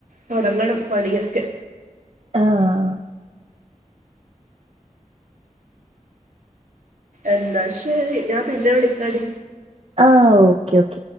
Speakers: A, on the right (about 75°); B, on the right (about 50°).
A: തുടങ്ങണം പണിയൊക്കെ
B: ആഹ്‌
A: എന്നാ ശരി ഞാൻ പിന്നെ വിളിക്കാടി
B: ആഹ് ഓക്കേ ഓക്കേ